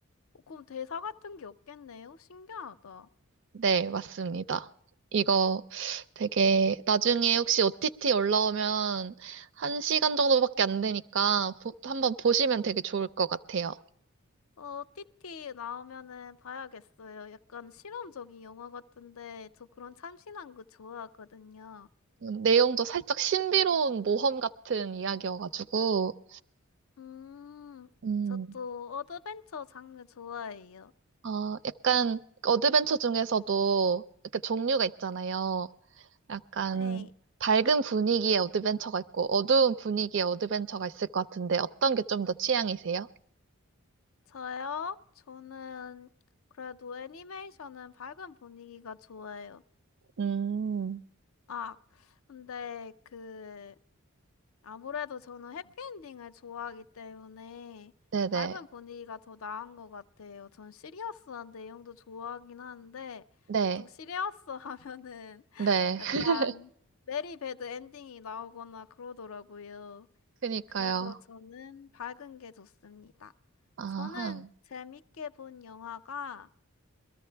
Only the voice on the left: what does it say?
어, 그럼 대사 같은 게 없겠네요? 신기하다.
어, 티티 나오면은 봐야겠어요. 약간 실험적인 영화 같은데 저 그런 참신한 거 좋아하거든요.
음,
저도 어드벤처 장르 좋아해요.
네,
저요? 저는 그래도 애니메이션은 밝은 분위기가 좋아요.
아, 근데 그 아무래도 저는 해피엔딩을 좋아하기 때문에
밝은 분위기가 더 나은 것 같아요. 전 시리어스한 내용도 좋아하긴 하는데
보통 시리어스 하면은 <laughs>
약간
메리 배드 엔딩이 나오거나 그러더라고요.
그래서 저는 밝은 게 좋습니다.
저는 재밌게 본 영화가